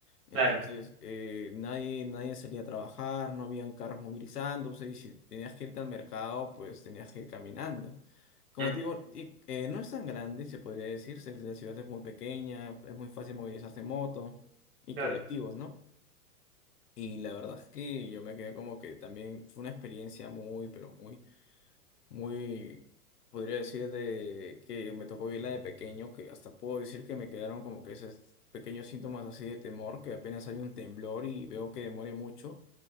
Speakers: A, on the left; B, on the right.
A: Entonces,
B: Claro.
A: eh, nadie, nadie salía a trabajar, no habían carros movilizándose, y si tenías que irte al mercado, pues tenías que ir caminando. Como
B: Mm,
A: te digo, y- eh, no es tan grande, se podría decir, se- la ciudad es muy pequeña, es muy fácil movilizarse en moto y
B: claro.
A: colectivos, ¿no? Y la verdad es que yo me quedé como que también fue una experiencia muy, pero muy muy, podría decir, de que me tocó vivirla de pequeño, que hasta puedo decir que me quedaron como que esos pequeños síntomas así de temor, que apenas hay un temblor y veo que demore mucho,